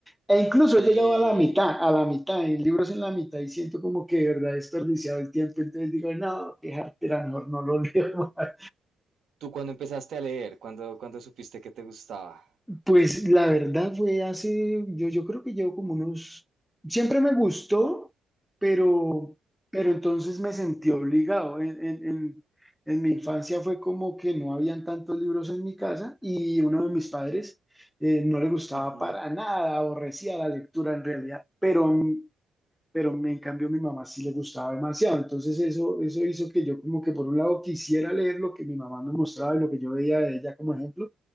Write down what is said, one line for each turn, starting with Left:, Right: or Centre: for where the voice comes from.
Centre: E incluso
Right: sí.
Centre: he llegado a la mitad, a la mitad, en libros en la mitad y siento como que de verdad he desperdiciado el tiempo, entonces digo, no, qué jartera, mejor no lo <laughs> leo más.
Right: ¿Tú cuando empezaste a leer? ¿Cuándo, cuándo supiste que te gustaba?
Centre: Pues la verdad fue hace, yo, yo creo que llevo como unos, siempre me gustó, pero, pero entonces me sentí obligado. En, en, en- en mi infancia fue como que no habían tantos libros en mi casa y uno de mis padres eh, no le gustaba
Right: Ujú.
Centre: para nada, aborrecía la lectura en realidad, pero pero me, en cambio mi mamá sí le gustaba demasiado. Entonces eso, eso hizo que yo como que por un lado quisiera leer lo que mi mamá me mostraba y lo que yo veía de ella como ejemplo,